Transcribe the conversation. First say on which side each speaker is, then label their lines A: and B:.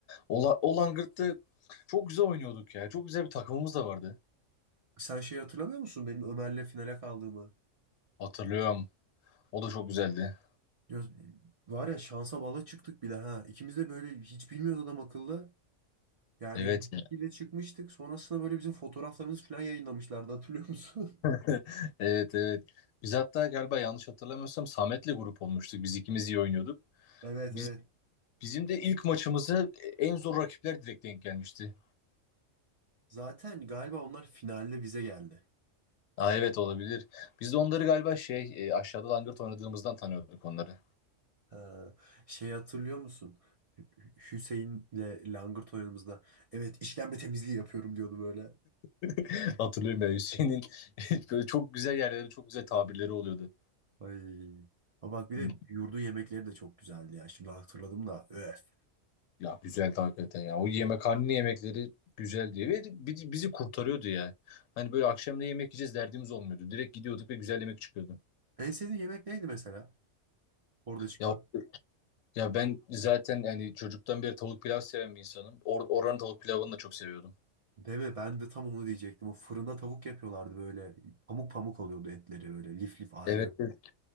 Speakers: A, on the left; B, on the right.
A: Ola, o Langırt'ta çok güzel oynuyorduk ya. Çok güzel bir takımımız da vardı.
B: Sen şey hatırlamıyor musun benim Ömer'le finale kaldığımı?
A: Hatırlıyorum. O da çok güzeldi.
B: Ya, var ya şansa bala çıktık bir de ha. İkimiz de böyle hiç bilmiyoruz adam akıllı. Yani
A: Evet.
B: bir de çıkmıştık. Sonrasında böyle bizim fotoğraflarımız falan yayınlamışlardı hatırlıyor musun?
A: <laughs>
B: <laughs>
A: Evet evet. Biz hatta galiba yanlış hatırlamıyorsam Samet'le grup olmuştuk. Biz ikimiz iyi oynuyorduk.
B: Evet
A: Biz,
B: evet.
A: bizim de ilk maçımıza en zor rakipler direkt denk gelmişti.
B: Zaten galiba onlar finalde bize geldi.
A: Aa, evet olabilir. Biz de onları galiba şey e, aşağıda langırt oynadığımızdan tanıyorduk onları.
B: Ha, şey hatırlıyor musun? Hü- Hü- Hüseyin'le langırt oynadığımızda evet işkembe temizliği yapıyorum diyordu böyle.
A: <laughs> Hatırlıyorum ya Hüseyin'in <laughs> böyle çok güzel yerlere çok güzel tabirleri oluyordu.
B: Ay. Ama bak bir de
A: Hı.
B: yurdun yemekleri de çok güzeldi ya. Şimdi hatırladım da. Öf.
A: Ya güzel hakikaten ya. O yemekhane yemekleri güzel diye ve bi- bizi kurtarıyordu ya. Hani böyle akşam ne yemek yiyeceğiz derdimiz olmuyordu. Direkt gidiyorduk ve güzel yemek çıkıyordu.
B: En sevdiğin yemek neydi mesela? Orada çıkan.
A: Ya ya ben zaten yani çocuktan beri tavuk pilav seven bir insanım. Or oranın tavuk pilavını da çok seviyordum.
B: Değil mi? Ben de tam onu diyecektim. O fırında tavuk yapıyorlardı böyle. Pamuk pamuk oluyordu etleri böyle. Lif lif ayrılıyor.
A: Evet, evet.